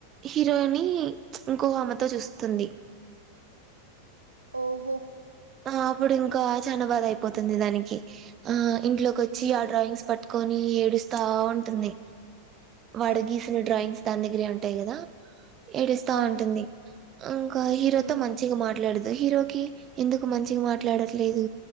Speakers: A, on the right; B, on the right.
A: హీరోయిని ఇంకో ఆమెతో చూస్తుంది
B: ఓహో
A: ఆ అప్పుడు ఇంకా చనా బాద అయిపోతుంది దానికి ఆ ఇంట్లోకి వచ్చి
B: ఉమ్
A: ఆ డ్రాయింగ్స్ పట్టి కాని ఏడుస్తా ఉంటుంది. వాడగీసిన
B: ఆ
A: డ్రాయింగ్స్. తం దగ్గిరే ఉంటాయి కదా ఏడుస్తా
B: ఆ
A: ఉంటుంది. ఇంకా హీరోతో
B: ఉమ్
A: మంచిగా మాట లడదు. హరోకి ఎందుకు మంచిగా మాట్లాడట్లేదు